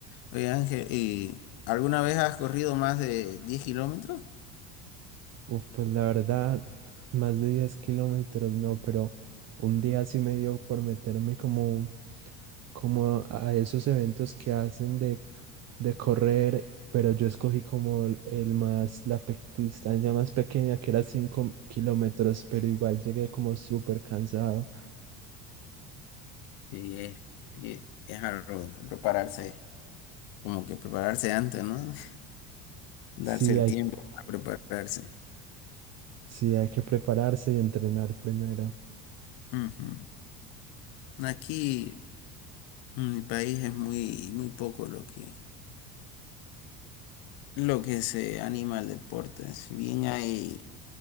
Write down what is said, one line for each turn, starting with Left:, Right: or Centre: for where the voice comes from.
Left: Oye, Ángel, ¿y alguna vez has corrido más de diez kilómetros?
Right: Uf, pues la verdad, más de 10 kilómetros, no, pero un día sí me dio por meterme como, como a esos eventos que hacen de, de correr, pero yo escogí como el el más, la pe- distancia más pequeña, que era 5 kilómetros, pero igual llegué como súper cansado.
Left: Sí, es, es, es algo, prepararse, como que prepararse antes, ¿no? <laughs> Darse
Right: Sí,
Left: el
Right: hay
Left: tiempo a prepararse.
Right: Sí, hay que prepararse y entrenar primero.
Left: Ujú. Aquí. En mi país es muy, muy poco lo que, lo que se anima al deporte. Si bien hay